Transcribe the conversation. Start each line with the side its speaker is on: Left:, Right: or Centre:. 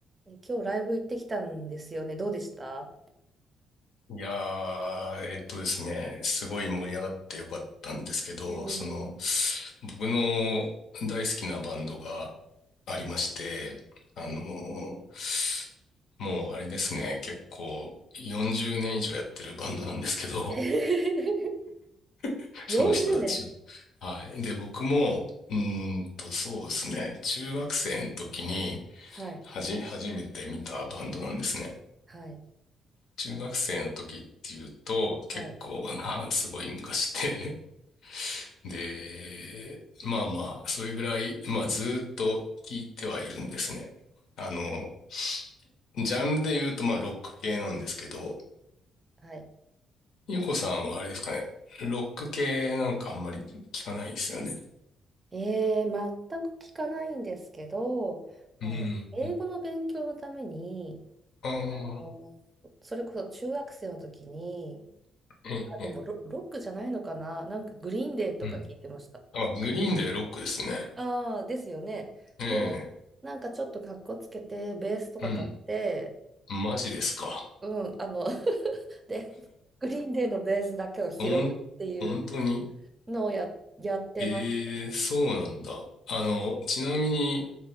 Right: え、今日ライブ行ってきたんですよね。どうでした
Left: いやー、えっとですね、すごい盛り上がってよかったんですけど、
Right: えー、
Left: その、僕の大好きなバンドがありまして、
Right: はい。
Left: あのー
Right: はい。
Left: もうあれですね、結構40年以上やってるバンドなんですけど、
Right: <laughs>
Left: <laughs>
Right: 40年
Left: その人たちを。はい。で、僕も、うーんと、そうですね、中学生の時に、
Right: はい。
Left: はじ、初めて見たバンドなんですね。
Right: はい。
Left: 中学生の時っていうと、結構な、
Right: はい。
Left: <laughs> すごい昔で、<laughs> で、まあまあ、それぐらい、まあずーっと聞いてはいるんですね。あの、
Right: はい。
Left: ジャンルで言うとまあロック系なんですけど、
Right: はい
Left: ゆうこさんはあれですかね、ロック系なんかあんまり聞かないですよね。
Right: えー、全く聞かないんですけど、あの、
Left: うん。
Right: 英語の勉強のために、
Left: ああ、
Right: あのそれこそ中学生の時に、
Left: ええ、
Right: あ、でもロ、ロックじゃないのかななんかグリーンデーとか聞いてました。
Left: うん。あ、グリーンでロックですね。
Right: ああ、ですよね。
Left: ええ、
Right: で、なんかちょっとかっこつけて、ベースとか買って、
Left: うん。マジですか。
Right: うん、あの <laughs> で、グリーンデーのベースだけを拾うっていう
Left: ほん、本当に。
Right: のをや、やってました。
Left: ええ、そうなんだ。あの、ちなみに、